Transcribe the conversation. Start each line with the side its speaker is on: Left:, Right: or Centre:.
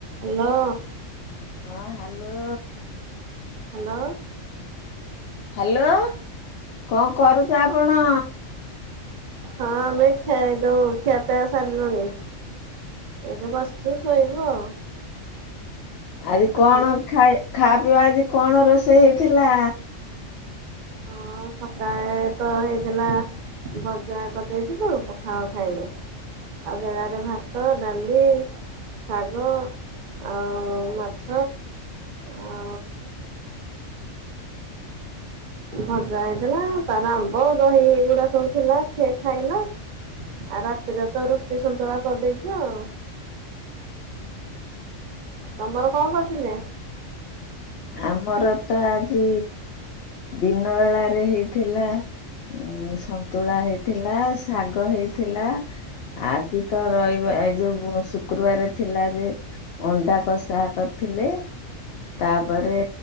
Right: Hello.
Left: ହଁ hello.
Right: Hello.
Left: Hello, କଣ କରୁଚ ଆପଣ?
Right: ହଁ ଆମେ ଖା-ଯୋଉ ଖିଆ ପିଆ ସରଲାଣି। ଏଇବେ ବସିଛୁ ଶୋଇବୁ ଆଉ
Left: ଆଜି
Right: ଆଉ
Left: କଣ
Right: ତମେ
Left: ଖାଇ ଖାଇବା ପିଇବା ଆଜି କଣ ରୋଷେଇ ହେଇଥିଲା?
Right: ହଁ ସକାଳେ ତ ହେଇଥିଲା ଭଜା କରିଦେଇଥିଲୁ ପଖାଳ ଖାଇଲେ। ଆଉ ବେଳାରେ ଭାତ ଡାଲି ଶାଗ ଆଉ ମାଛ ଆ
Left: <inaudible>
Right: ଭଜା ହେଇଥିଲା ତାର ଆମ୍ବ ଦହିଗୁଡା ସବୁ ଥିଲା ସିଏ ଖାଇଲା। ଆଉ ରାତିରେ ତ ରୁଟି ସନ୍ତୁଳା କରିଦେଇଛୁ ଆଉ। ତମର କଣ କରଥିଲେ?
Left: ଆମର ତ ଆଜି ଦିନ ବେଳାରେ ହେଇଥିଲା ଉ ସନ୍ତୁଳା ହେଇଥିଲା ଶାଗ ହେଇଥିଲା ଆଜି ତ ରହିବ ଏଇ ଯୋ ଶୁକ୍ରବାର ଥିଲା ଯେ ଅଣ୍ଡା କଷା କରିଥିଲେ ତା ତାପରେ